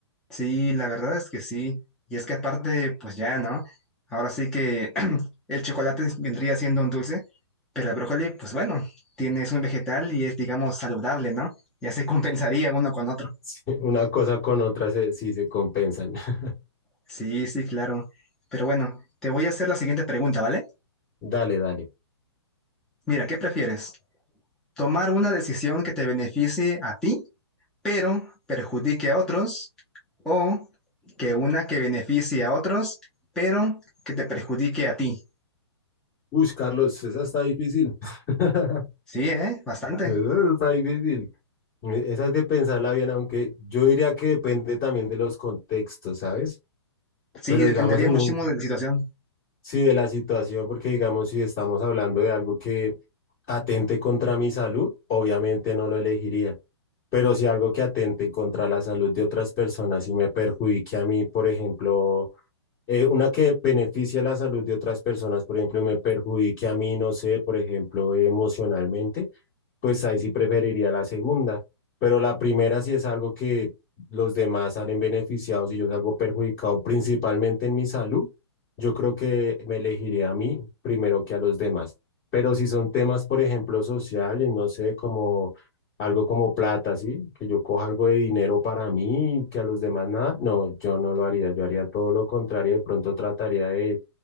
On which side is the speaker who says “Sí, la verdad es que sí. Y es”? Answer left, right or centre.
Centre